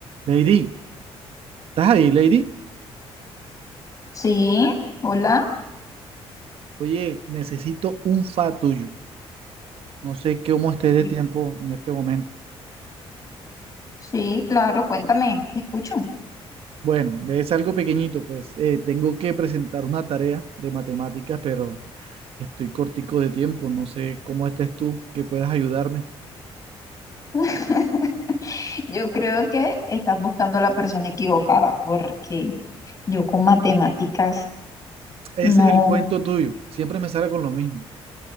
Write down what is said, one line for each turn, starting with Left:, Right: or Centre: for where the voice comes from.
Right: Lady, ¿estás ahí, Lady?
Left: Sí, hola.
Right: Oye, necesito un fa tuyo. No sé cómo esté de
Left: Sí.
Right: tiempo en este momento.
Left: Sí, claro, cuéntame, te escucho.
Right: Bueno, es algo pequeñito, pues. Eh, tengo que presentar una tarea de matemáticas, pero estoy cortico de tiempo. No sé cómo estés tú, que puedas ayudarme.
Left: <laughs> Yo creo que estás buscando a la persona equivocada porque yo con matemáticas
Right: Ah, Ese
Left: no,
Right: es el cuento tuyo. Siempre me sale con lo mismo.